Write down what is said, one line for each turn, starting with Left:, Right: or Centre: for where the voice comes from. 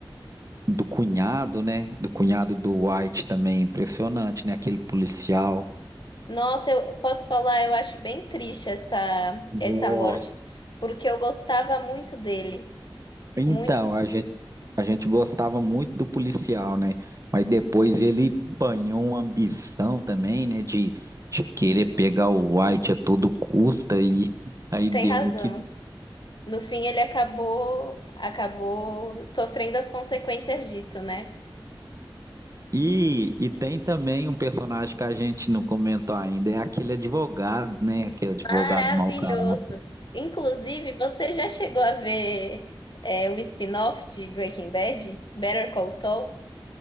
Right: do cunhado, né? Do cunhado do White também, impressionante, né? Aquele policial.
Left: Nossa, eu posso falar, eu acho bem triste essa
Right: Nossa.
Left: essa morte, porque eu gostava muito dele,
Right: Então,
Left: muito.
Right: a gente, a gente gostava muito do policial, né? Mas depois ele apanhou uma ambição também, né? De, de querer pegar o White a todo custa e aí
Left: Tem
Right: deu
Left: razão.
Right: no que.
Left: No fim, ele acabou acabou sofrendo as consequências disso, né?
Right: E, e tem também um personagem que a gente não comentou ainda, é aquele advogado, né? Aquele advogado
Left: Maravilhoso.
Right: mau caráter.
Left: Inclusive, você já chegou a ver é, o spin-off de Breaking Bad, Better Call Saul?